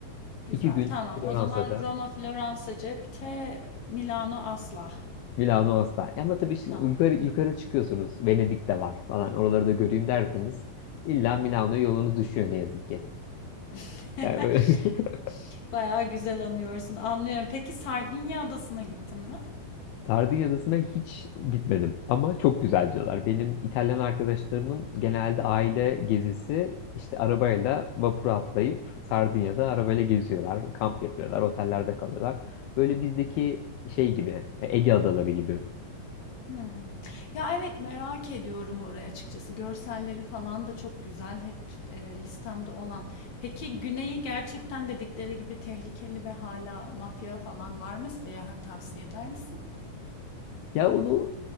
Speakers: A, on the left (about 50°); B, on the left (about 80°).
A: Güzel.
B: iki gün
A: Tamam.
B: Floransa'da
A: O zaman Roma, Floransa cepte, Milano asla.
B: Milano asla. Ama tabii şimdi
A: Tamam.
B: yukarı, yukarı çıkıyorsunuz. Venedik de var falan. Oraları da göreyim derseniz illa Milano'ya yolunuz düşüyor ne yazık ki.
A: <laughs>
B: Yani öyle. <laughs>
A: Bayağı güzel anıyorsun. Anlıyorum. Peki Sardinya adasına gittin mi?
B: Sardinya Adası'na hiç gitmedim ama çok güzel diyorlar. Benim İtalyan arkadaşlarımın genelde aile gezisi işte arabayla vapura atlayıp Sardinya'da arabayla geziyorlar, kamp yapıyorlar, otellerde kalıyorlar. Böyle bizdeki şey gibi, e, Ege adaları gibi.
A: Hmm. Ya evet merak ediyorum oraya açıkçası. Görselleri falan da çok güzel. Hep e, listemde olan. Peki güneyi gerçekten dedikleri gibi tehlikeli ve hala mafya falan var mı? Seyahat tavsiye eder misin?
B: Ya onu